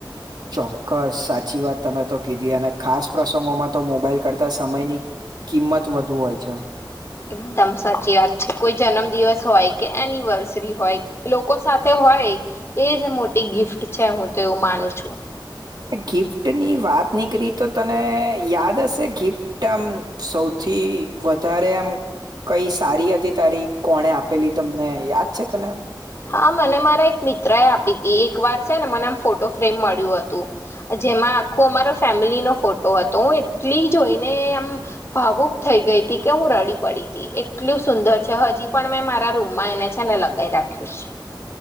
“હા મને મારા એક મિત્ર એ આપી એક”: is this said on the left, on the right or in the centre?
Left